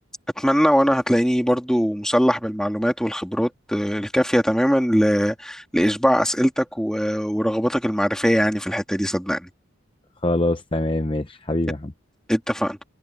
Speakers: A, in the centre; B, on the left (about 25°).
A: أتمنى وأنا هتلاقيني برضو مسلح بالمعلومات والخبرات آه، الكافية تماما ل... لإشباع أسئلتك و... ورغباتك المعرفية يعني في الحتة دي صدقني
B: خلاص تمام ماشي حبيبي
A: ات-
B: يا محمد.
A: اتفقنا